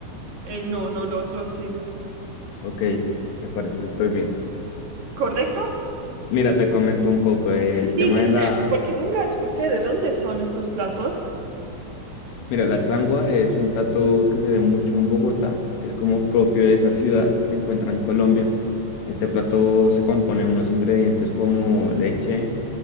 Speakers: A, on the right; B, on the left.
A: eh, no, no, lo otro sí.
B: Ok, me parece súper bien.
A: ¿Correcto?
B: Mira, te comento un poco eh, el
A: Sí,
B: tema
A: dime,
B: de la...
A: porque nunca escuché de dónde son estos platos.
B: Mira, la changua es un plato que se ve mucho en Bogotá, es como propio de esa ciudad, se encuentra en Colombia. Este plato se compone de unos ingredientes como leche,